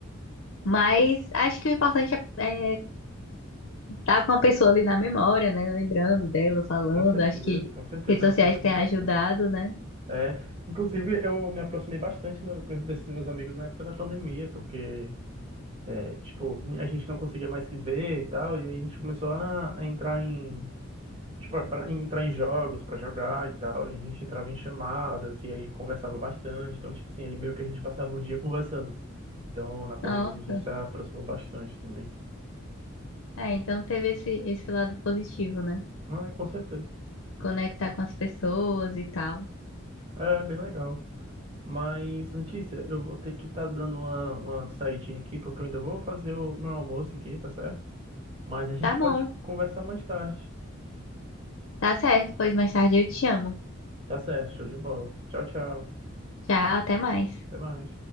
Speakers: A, on the left (about 75°); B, on the right (about 25°).
A: Mas acho que o importante é estar com a pessoa ali na memória, né? Lembrando dela, falando.
B: Com certeza,
A: Acho que
B: com certeza,
A: redes sociais
B: é o que é mais
A: têm
B: importante.
A: ajudado, né?
B: É, inclusive, eu me aproximei bastante no, desses meus amigos na época da pandemia, porque, é, tipo, a gente não conseguia mais se ver e tal, e aí a gente começou a a entrar em Tipo, para entrar em jogos, pra jogar e tal, a gente entrava em chamadas e aí conversava bastante. Então, tipo assim, aí meio que a gente passava o dia conversando. Então, na pandemia
A: Nossa.
B: a gente se aproximou bastante também.
A: É, então teve esse, esse lado positivo, né?
B: Ah, com certeza.
A: Conectar com as pessoas e tal.
B: É bem legal. Mas, Letícia, eu vou ter que estar dando uma, uma saidinha aqui, porque eu ainda vou fazer o meu almoço aqui, tá certo? Mas a gente
A: Tá bom,
B: pode conversar mais tarde.
A: tá certo, pois mais tarde eu te amo.
B: Tá certo, show de bola. Tchau, tchau.
A: Tchau, até mais.
B: Até mais.